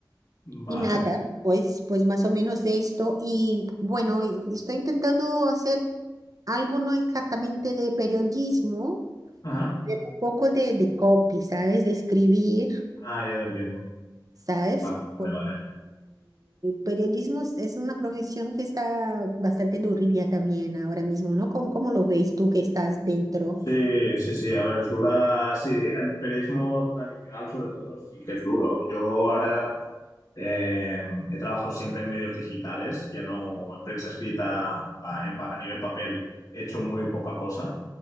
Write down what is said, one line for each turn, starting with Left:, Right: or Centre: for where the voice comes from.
Left: Vale.
Right: Y nada, pues, pues más o menos de esto. Y bueno, y- y estoy intentando hacer algo no exactamente de periodismo,
Left: Ajá.
Right: pero un poco de, de copy, ¿sabes? De escribir.
Left: Ah, ya te entiendo.
Right: ¿sabes?
Left: Vale, vale,
Right: Porque
Left: vale.
Right: periodismo es es una profesión que está bastante durilla también ahora mismo, ¿no? ¿Cómo, cómo lo ves tú que estás dentro?
Left: Sí, sí, sí. A ver, es dura. Sí, el periodismo tradicional, sobre todo, sí que es duro. Yo ahora. Eh, he trabajado siempre en medios digitales, ya no en prensa escrita a, en pa- a nivel papel, he hecho muy poca cosa,